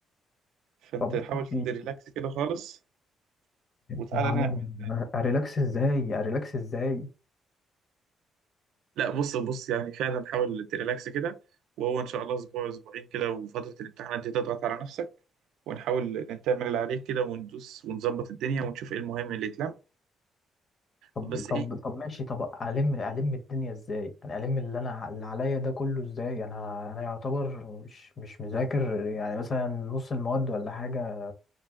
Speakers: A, on the right (about 90°); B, on the left (about 40°).
A: فأنت
B: طب
A: حاول تريلاكس
B: بي-
A: كده خالص وتعالى
B: ما
A: نعمل
B: انا اريلاكس ازاي اريلاكس ازاي
A: لا بص بص يعني فعلا حاول تريلاكس كده وهو إن شاء الله أسبوع أسبوعين كده وفترة الامتحانات دي تضغط على نفسك ونحاول نعمل اللي عليك كده وندوس ونظبط الدنيا ونشوف إيه المهم اللي يتلم
B: طب
A: بس
B: طب
A: ايه
B: طب ماشي طب الم الم الدنيا ازاي انا الم اللي انا ع- اللي عليا ده كله ازاي انا انا يعتبر مش مش مذاكر يعني مثلا نص المواد ولا حاجه